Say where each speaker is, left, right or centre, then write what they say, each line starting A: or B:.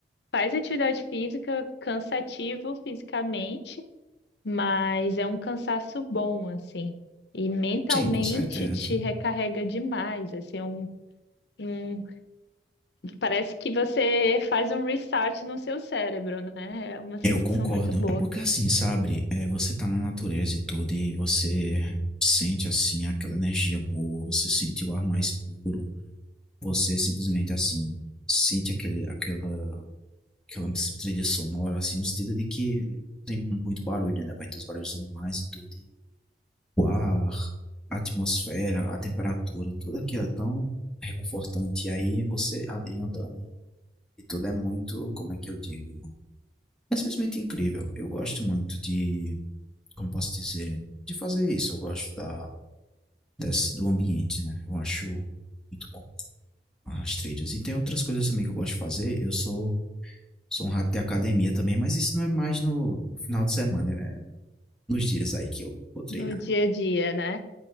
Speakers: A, on the left (about 70°); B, in the centre.
A: faz atividade física cansativo fisicamente, mas é um cansaço bom, assim. E mentalmente
B: sim, com certeza.
A: te recarrega demais, assim, é um, um- parece que você faz um restart no seu cérebro, né? É uma sensação
B: Eu concordo.
A: muito boa
B: É porque assim, sabe, é, você tá na natureza e tudo, e você sente assim aquela energia boa, você sente o ar mais puro, você simplesmente assim sente aquele, aquela, aquela trilha sonora, assim, no sentido de que tem muito barulho, né? Vai ter os barulhos dos animais e tudo. e o ar, a atmosfera, a temperatura, tudo aquilo é tão reconfortante. E aí você ali andando e tudo é muito, como é que eu digo? é simplesmente incrível. Eu gosto muito de, como posso dizer, de fazer isso. Eu gosto da, desse, do ambiente, né? Eu acho muito bom as trilhas. E tem outras coisas também que eu gosto de fazer. Eu sou, sou um rato de academia também, mas isso não é mais no, no final de semana, é nos dias aí que eu vou treinar.
A: no dia a dia, né?